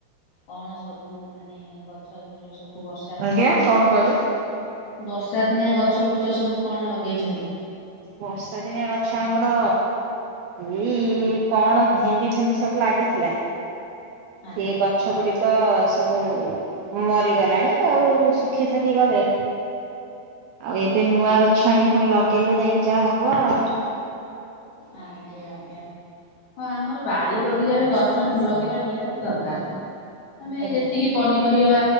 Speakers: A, on the left; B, on the right.
A: କଣ ସବୁ ମାନେ ଗଛ ବୁଛ ସବୁ ବର୍ଷ
B: ଆଜ୍ଞା କଣ କହିଲେ?
A: ବର୍ଷାଦିନିଆ ଗଛ ବୁଚଛ ସବୁ କଣ ଲଗେଇଛନ୍ତି?
B: ବର୍ଷା ଦିନିଆ ଗଛ ଆମର ଏଇ କଣ ଭେଣ୍ଡି ଫେଣ୍ଡି ସବୁ ଲାଗିଥିଲା
A: ଆଜ୍ଞା
B: ସିଏ କ ଗଛ ଗୁଡିକ ସବୁ ମରିଗଲାଣି ଆଉ ଶୁଖି ଶାଖି ଗଲେ ଆଉ ଏବେ ନୂଆ ଗଛ ଆଣି ପୁଣି ଲଗେଇଲେ ଯାଇକି ଯାହା ହବ ଆଉ
A: ଆଜ୍ଞା ଆଜ୍ଞା ହଁ ଆମର ବାଡି ବଗିଚାରେ ଗଛ ଲଗେଇବା ନିହାତି ଦରକାର ଆମେ
B: ଆଜ୍ଞା
A: ଯେତିକି ପନିପରିବା